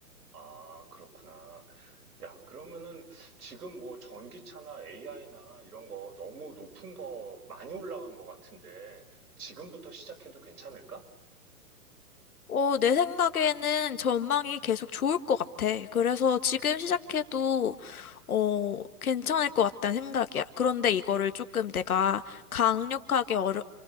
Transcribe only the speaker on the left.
어, 내 생각에는 전망이 계속 좋을 것 같아. 그래서 지금 시작해도 어, 괜찮을 것 같다는 생각이야. 그런데 이거를 조금 내가 강력하게 어려